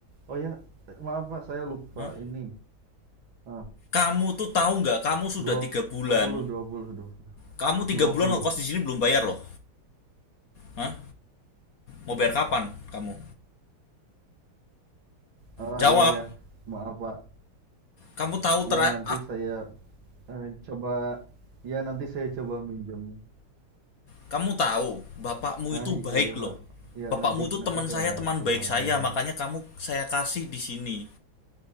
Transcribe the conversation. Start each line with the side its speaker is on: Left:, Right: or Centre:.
Right: Oh ya, eh, maaf Pak, saya lupa
Left: Hah?
Right: ini. Ah,
Left: Kamu tuh tahu nggak kamu sudah
Right: 20,
Left: tiga bulan.
Right: 20, 20.
Left: Kamu
Right: 20.
Left: tiga bulan ngekos di sini belum bayar loh. Hah? Mau bayar kapan kamu?
Right: Ah,
Left: Jawab.
Right: iya ya. Maaf Pak.
Left: Kamu tahu
Right: Ya
Left: terak
Right: nanti saya eh, coba ya nanti saya coba minjem.
Left: kamu tahu bapakmu
Right: Ah,
Left: itu baik
Right: iya iya
Left: loh.
Right: Pak. Ya
Left: Bapakmu
Right: nanti
Left: itu
Right: nanti
Left: teman
Right: saya
Left: saya, teman
Right: coba
Left: baik saya,
Right: lagi
Left: makanya
Right: lah.
Left: kamu saya kasih di sini.